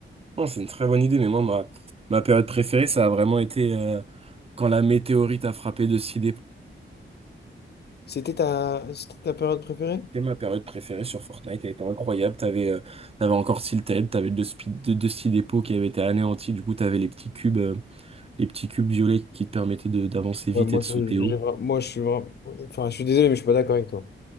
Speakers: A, on the right; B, on the left.
A: non, c'est une très bonne idée, mais moi, ma, ma période préférée, ça a vraiment été euh, quand la météorite a frappé de six
B: C'était ta, c'était ta période préférée?
A: C'était ma période préférée sur Fortnite, elle était incroyable. T'avais euh, t'avais encore Silted, t'avais deux, spi- deux, deux petits dépôts qui avaient été anéantis. Du coup, t'avais les petits cubes, euh, les petits cubes violets qui te permettaient de- d'avancer vite
B: Ouais, moi
A: et de
B: je,
A: sauter haut.
B: j'ai vra- moi, je suis vra- Enfin, je suis désolé, mais je suis pas d'accord avec toi.